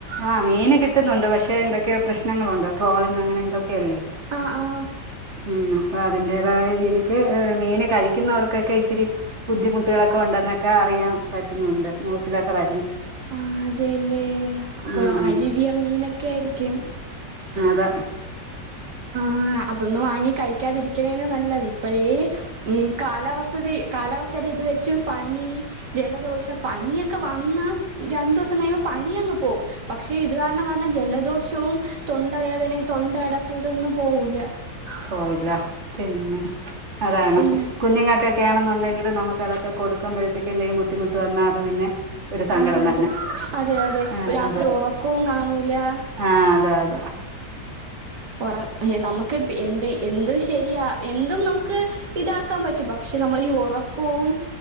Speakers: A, on the right; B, on the right.
A: ആ മീന് കിട്ടുന്നുണ്ട് പക്ഷെ എന്തൊക്കെ പ്രശ്നങ്ങളുണ്ട് ട്രോളിംഗ് അങ്ങനെ എന്തോക്കെയല്ലേ
B: ആ ആ
A: ഉം അപ്പൊ അതിന്റേതായ രീതിക്ക് മീൻ കഴിക്കുന്നവർക്കൊക്കെ ഇച്ചിരി ബുദ്ധിമുട്ടുകളൊക്കെ ഉണ്ട നൊക്കെ അറിയൻ പറ്റുന്നുണ്ട് ന്യൂസിലൊക്കെ വ
B: ആഹ് അതെല്ലേ ഒക്ക
A: ഉം
B: അഴിവിയ മീനൊക്കെ ആയിരിക്കും
A: അ
B: ആ അതൊന്നും വാങ്ങി കഴിക്കാതിരിക്കണേണ് നല്ലത് അപ്പഴേ ഉം കാലാവസ്ഥ കാലാവസ്ഥടെ ഇത് വെച്ച് പനി ജലദോഷം പനിയൊക്കെ വന്ന രണ്ടു ദിവസം കഴിയുമ്പോ പനി അങ്ങ് പോകും പക്ഷെ ഇത് കാരണം വര്ണ ജലദോഷവും വേദനയും തൊണ്ട അടപ്പ്‌ ഇതൊന്നും പോവൂല്ല
A: പോയില്ല പിന്നെ അതാണ്
B: പിന്നെ
A: കുഞ്ഞുങ്ങൾക്ക് ക്ക്യാണെന്നുണ്ടെങ്കില് നമുക്ക് അതൊക്ക കൊടുകുമ്പഴത്തേക് എന്തെയും ബുദ്ധിമുട്ട് വന്നാൽ അത് പിന്നെ ഒരു സങ്കടം
B: അതെ
A: തന്നെ
B: അതെ അതെ അതെ
A: ആ
B: രാത്രി
A: അത
B: ഒറക്കവും കാണൂല
A: ആ അതാ
B: ഓറ നമുക്ക് എന്ത് എന്ത ശരിയാ എന്തും നമുക്ക് ഇതാക്കാൻ പറ്റും പക്ഷെ നമ്മ മളെ ഇ ഉറക്കവും